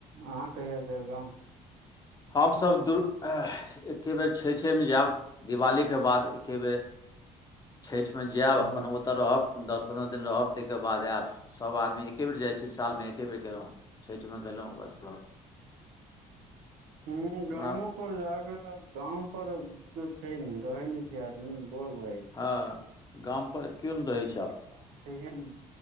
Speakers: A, on the right; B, on the left.
A: अहाँ कहिया जाएब गाम।
B: हम सब दु एह एके बेर छैठे मे जाएब, दिवाली के बाद एके बेर छैठ मे जाएब अपन
A: हूँ
B: ओतऽ रहब। दस-पंद्रह दिन रहब तै के बाद आएब, सब आदमी एके बेर जाय छी साल मे एके बेर गेलौ। छैठ मे गेलौ बस।
A: हुं
B: हमरा
A: गामो पर जाके आब गाम पर कियौ छै ने रहै नै छै आदमी बोर भऽ जाय
B: हां गाम पर कियौ नै रहै छै आब।
A: छैहये नु।